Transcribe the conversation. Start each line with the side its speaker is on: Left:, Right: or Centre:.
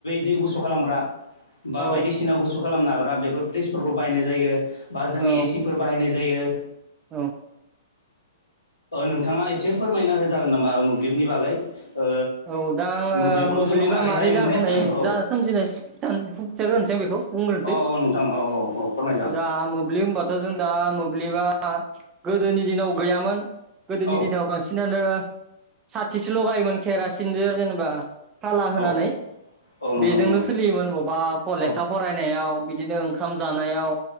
Left: दै गुसु खालामग्रा बा
Right: औ
Left: बायदिसिना गुसु खालामनो हाग्रा बेफोर फ्रिजफोरखौ बाहायनाय जायो बा जोंनि
Right: औ
Left: एसिफोर बाहायनाय जायो
Right: औ
Left: नोंथाङा एसे फोरमायना होजागोन नामा मोब्लिबनि बागै ओ
Right: औ दा
Left: मोब्लिबखौ
Right: मोब्लिबा
Left: जोङो मारैहाय
Right: मारै
Left: मोननो
Right: जाग्रोनाय
Left: औ
Right: जा सोमजिनाय <unintelligible> खिथाग्रोनोसै बेखौ बुंग्रोनोसै
Left: औ औ नोंथां औ औ औ फोरमाय
Right: दा मोब्लिब होनबाथ' जों दा मोब्लिबा गोदोनि दिनाव गैयामोन गोदोनि
Left: औ
Right: दिनाव बांसिनानो साथिसो लगायोमोन केरासिनजों जेनेबा हाला होनानै
Left: औ औ नंगौ
Right: बेजोंनो
Left: नंगौ नंगौ
Right: सोलियोमोन बबेबा
Left: औ
Right: लेखा फरायनायाव बि बिदिनो ओंखाम जानायाव